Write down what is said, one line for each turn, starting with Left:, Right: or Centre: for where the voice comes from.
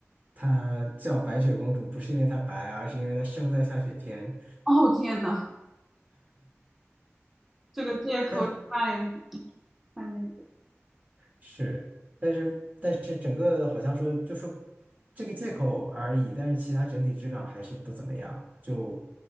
Right: 他叫白雪公主不是因为她白，而是因为她生在下雪天。
Centre: 哦天呐，这个借口也太
Right: 但是
Centre: 太那个，
Right: 是，但是但是整个好像说就说这个借口而已，但是其他整体质量还是不怎么样，就。